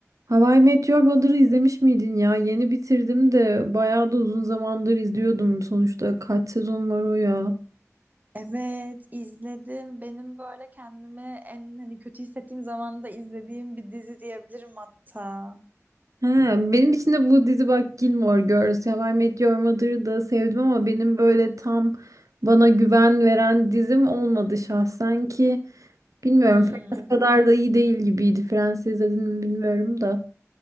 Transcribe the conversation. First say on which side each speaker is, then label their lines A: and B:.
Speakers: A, on the right; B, on the right.
A: How I Met Mother'ı izlemiş miydin ya? Yeni bitirdim de bayağı da uzun zamandır izliyordum. Sonuçta kaç sezon var o ya?
B: Evet, izledim. Benim böyle kendimi en hani kötü hissettiğim zaman da izlediğim bir dizi diyebilirim hatta.
A: He, benim için de bu dizi bak Gilmore Girls, How I Met Your Mother'ı da sevdim ama benim böyle tam bana güven veren dizim olmadı şahsen ki. Bilmiyorum
B: Hmm.
A: Friends kadar da iyi değil gibiydi. Friends izledin mi bilmiyorum da.